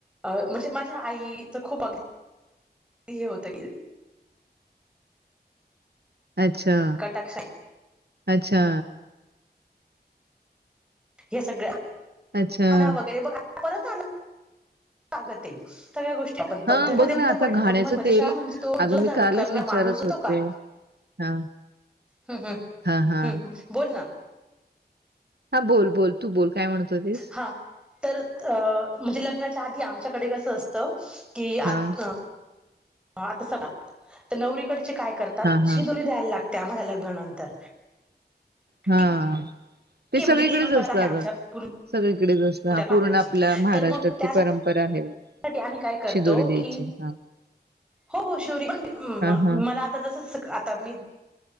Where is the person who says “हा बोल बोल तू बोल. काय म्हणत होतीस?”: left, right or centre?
Right